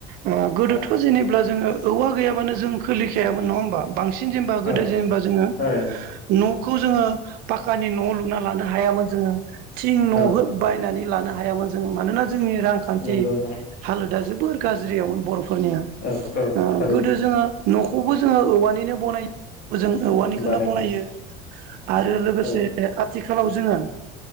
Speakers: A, on the right; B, on the left.
A: ओ गोदोथ'
B: औ
A: जेनेब्ला जोङो औवा गैयाब बानो जों खोलिखायामोन नङा होनबा बांसिन जेनबा गोदो
B: औ
A: जेनबा जोंङो
B: थारैनो
A: न' खौ जोङो पक्कानि न' लुना लानो हायामोन जोङो। थिं न'
B: औ
A: हो बायनानै लानो हायामोन जों मानोना जोंनि रांखान्थि
B: नंगौ नोंथां
A: हालोदा जोबोर गाज्रियावमोन‌ बर'फ फोरनिया
B: औ औ
A: ओ
B: थारैनो
A: गोदो जोङो न'खौबो जोङो औवानिनो बनायो- जों औवानिखौनो
B: बानायो
A: बनायो। आरो लोगोसे
B: औ
A: आथिखालाव जोङो